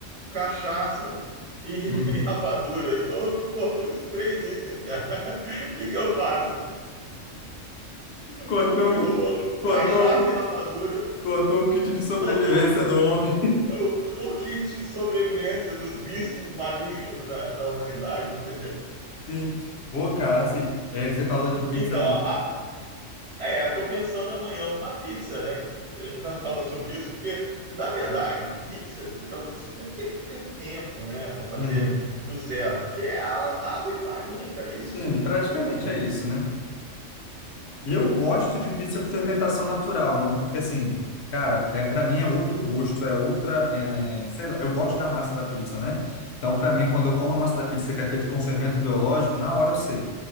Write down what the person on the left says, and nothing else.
Uhum.
Cortou,
cortou,
cortou o kit de sobrevivência
do homem.
<laughs> Sim. Ô, cara, assim, é, você falou de pizza.
pi-
Uhum.
Sim,
praticamente
é isso,
né? Eu gosto de pizza com fermentação natural, não, porque assim, cara, é para mim é outro gosto, é outra, é, sei lá, eu gosto da massa da pizza, né? Então, para mim, quando eu como a massa da pizza que é feita com fermento biológico, na hora eu sei.